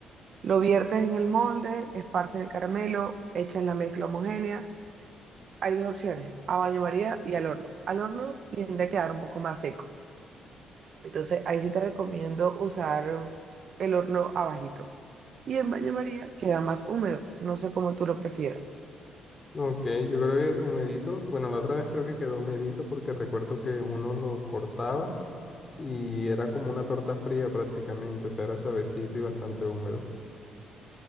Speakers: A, on the right; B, on the left.
A: Lo viertes en el molde, esparces el caramelo, echas la mezcla homogénea. Hay dos opciones, a baño María y al horno. Al horno tiende a quedar un poco más seco. Entonces ahí sí te recomiendo usar el horno abajito. Y en baño María queda más húmedo. No sé cómo tú lo prefieras.
B: Ok, yo creo que humedito, bueno, la otra vez creo que quedó humedito porque recuerdo que uno lo cortaba. Y era como una torta fría prácticamente, o sea, era suavecito y bastante húmedo.